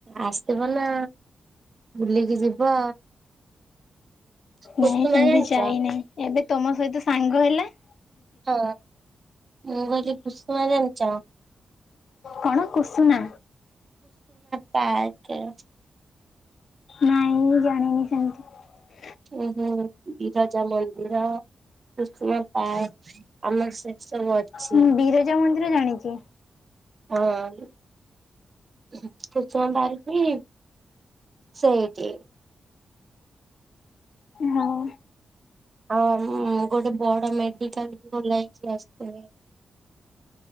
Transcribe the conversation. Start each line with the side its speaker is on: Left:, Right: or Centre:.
Right: ଆସିବ ନା ବୁଲିକି ଯିବ। କୁସୁମା
Left: ନାଇଁ ସେମିତି
Right: ଜାଣିଛ?
Left: ଯାଇନାହିଁ ଏବେ ତମ ସହିତ ସାଙ୍ଗ ହେଲେ
Right: ହଁ ମୁ କହିଲି କୁଷୁମା ଜାଣିଚ?
Left: କଣ କୁସୁମା?
Right: ପାଏ କେଣେଛେ।
Left: ନାଇଁ ମୁ ଜାଣିନି ସେମିତି?
Right: ଓ ହୋ ବିରଜା ମନ୍ଦିର, ସୁସୁମା ପାର୍କ ଆମର ସେ ସବୁ ଅଛି।
Left: ମୁଁ ବିରଜା ମନ୍ଦିର ଜାଣିଛି
Right: ହଁ ଉନ୍ମ। ସୁସୁମ ପାର୍କ ବି ସେଇଠି।
Left: ହଁ।
Right: ଆଉ ଗୋଟେ ବଡ ମେଡିକାଲ କୁ ଓଲାଇକି ଆସଥିଲେ।